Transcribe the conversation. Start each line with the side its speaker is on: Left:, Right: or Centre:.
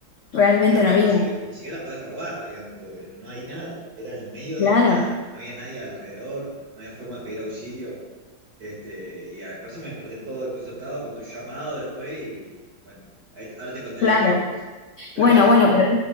Left: Realmente
Right: No es que la
Left: no
Right: puedes
Left: había.
Right: conseguir, ni siquiera la puedes robar, digamos, porque no hay nada. Era en el medio
Left: Claro,
Right: de la nada, no había nadie alrededor, no había forma de pedir auxilio. Este, y a- por eso me desperté todo desconcertado con tu llamado después y bueno, ahí- ahora te conté
Left: claro.
Right: la historia. Pero
Left: Bueno,
Right: bueno,
Left: bueno, pero